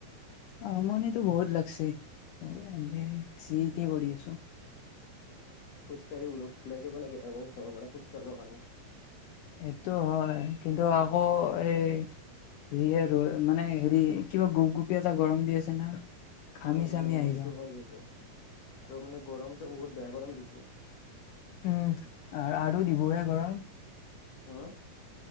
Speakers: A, on the left; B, on the left.
A: আমনিতো বহুত লাগচি এনে যি তি কৰি আছো
B: খোজ কাঢ়ি ওল ওলাই যাব লাগে আকৌ ঘৰৰ পৰা খোজ কাঢ়িব কাৰণে
A: সেইটো হয় কিন্তু আকৌ এই যিয়ে ৰ মানে হেৰি কিবা গোপ গোপিয়া এটা গৰম দি আছে না ঘামি
B: উম,
A: জামি
B: উম, উম,
A: আহি
B: এইটো
A: যাওঁ
B: হয় কিন্তু আৰু মানে গৰমটো বহুত বেয়া গৰম দিছে
A: উম আৰু দিবহে গৰম
B: হম